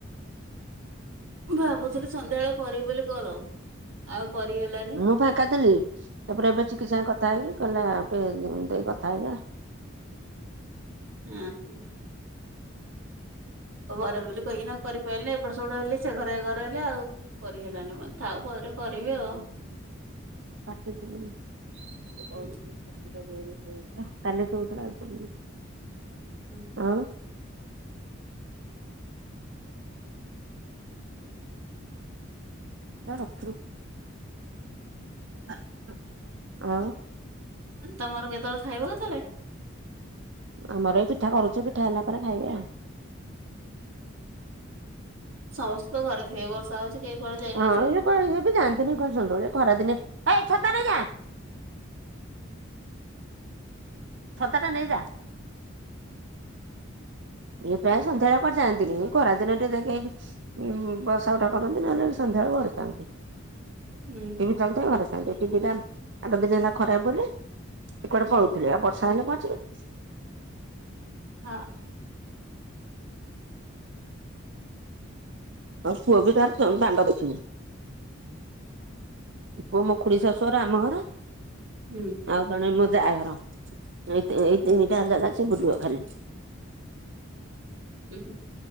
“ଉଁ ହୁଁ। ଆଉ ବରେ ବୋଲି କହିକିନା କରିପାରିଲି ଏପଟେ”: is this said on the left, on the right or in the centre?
Right